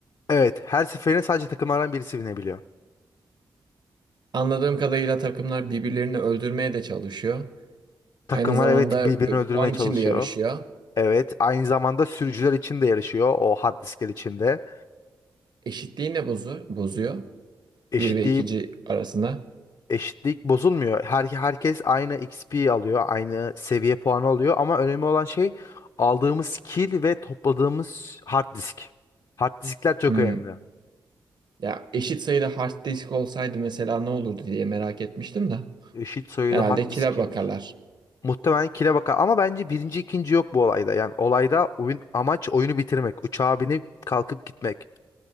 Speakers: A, on the left; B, on the right.
A: Evet her seferinde sadece takımlardan birisi binebiliyor.
B: Anladığım kadarıyla takımlar birbirlerini öldürmeye de çalışıyor.
A: Takımlar
B: Aynı zamanda
A: evet birbirini
B: e,
A: öldürmeye
B: puan
A: çalışıyor.
B: için de yarışıyor.
A: Evet aynı zamanda sürücüler için de yarışıyor o hard diskler içinde.
B: Eşitliği ne bozu bozuyor?
A: Eşitliği
B: Bir ve ikinci arasında.
A: eşitlik bozulmuyor. Her, herkes aynı XP alıyor, aynı seviye puanı alıyor ama önemli olan şey aldığımız kill ve topladığımız hard disk. Hard diskler çok
B: Hmm.
A: önemli.
B: Ya eşit sayıda hard disk olsaydı mesela ne olurdu diye merak etmiştim de.
A: Eşit sayıda
B: Herhalde
A: hard
B: kile
A: diskim
B: bakarlar.
A: muhtemelen kill'e bakar ama bence birinci ikinci yok bu olayda. Yani olayda oyun amaç oyunu bitirmek. Uçağa binip kalkıp gitmek.